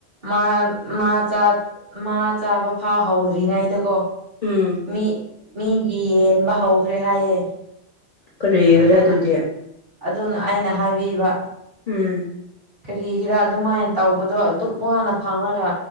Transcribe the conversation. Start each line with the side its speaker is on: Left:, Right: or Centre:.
Right: ꯃꯥ ꯃꯥ ꯆꯥ ꯃꯥ ꯆꯥꯕꯐꯥꯎ ꯍꯧꯗ꯭ꯔꯤꯉꯩꯗꯀꯣ
Left: ꯎꯝ꯫
Right: ꯃꯤ ꯃꯤꯒꯤ ꯌꯦꯟꯕ ꯍꯧꯈ꯭ꯔꯦ ꯍꯥꯏꯌꯦ꯫
Left: ꯀꯔꯤꯒꯤꯔ
Right: ꯑꯗꯨꯅ
Left: ꯑꯗꯨꯗꯤ꯫
Right: ꯑꯗꯨꯅ ꯑꯩꯅ ꯍꯥꯏꯕꯤꯕ꯫
Left: ꯎꯝ꯫
Right: ꯀꯔꯤꯒꯤꯔꯥ ꯑꯗꯨꯃꯥꯏꯅ ꯇꯧꯕꯗꯣ ꯑꯗꯨꯛ ꯋꯥꯅ ꯐꯪꯉꯒ